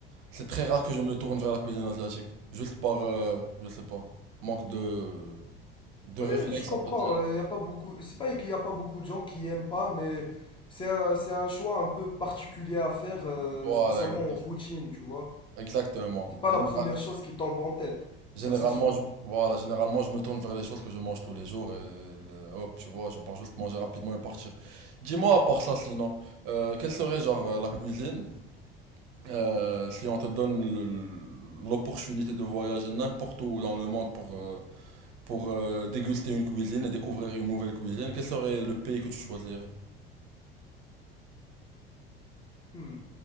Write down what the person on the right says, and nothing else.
c'est très rare que je me tourne vers la cuisine asiatique. Juste par... euh, je sais pas manque de De
réflexe,
en fait, direct.
Voilà,
exactement.
Exactement.
Général-
généralement,
je, voilà, généralement, je me tourne vers les choses que je mange tous les jours et le- hop, tu vois, je pars juste manger rapidement et partir. Dis-moi, à part ça, sinon, euh, quelle serait, genre, euh, la cuisine, euh, si on te donne le- l'opportunité de voyager n'importe où dans le monde pour, euh, pour euh, déguster une cuisine et découvrir une nouvelle cuisine, quel serait le pays que tu choisirais?